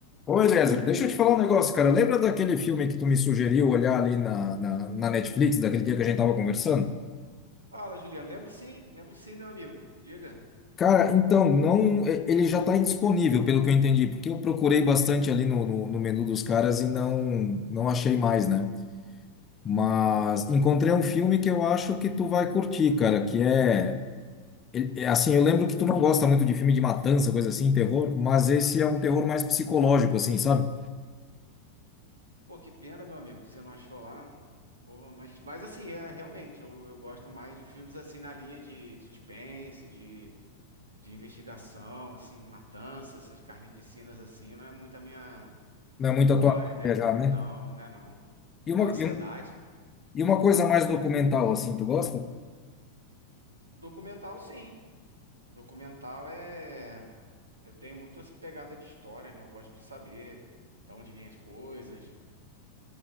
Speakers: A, on the left; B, on the right.
A: Ô, Eliezer, deixa eu te falar um negócio, cara. Lembra daquele filme que tu me sugeriu olhar ali na, na, na Netflix, daquele dia que a gente tava conversando?
B: Fala, Juliano. Lembro sim, lembro sim, meu amigo. Diga.
A: Cara, então, não, e- ele já tá indisponível, pelo que eu entendi, porque eu procurei bastante ali no, no, no menu dos caras e não, não achei mais, né? Mas encontrei um filme que eu acho que tu vai curtir, cara, que é, ele- é assim, eu lembro que tu não gosta muito de filme de matança, coisa assim, terror, mas esse é um terror mais psicológico, assim, sabe?
B: Pô, que pena, meu amigo, que você não achou lá. Pô, mas, mas assim, é realmente, eu, eu gosto mais de filmes assim na linha de suspense, de, de investigação, assim, matança, essas carnificinas assim, não é muito a minha
A: Não é muito
B: gore,
A: a tua
B: né?
A: praia já, né?
B: Não, né, não.
A: E uma,
B: Da ansiedade.
A: um- E uma coisa mais documental, assim, tu gosta?
B: Documental, sim. Documental é. Eu tenho muito essa pegada de história, né? Eu gosto de saber da onde vêm as coisas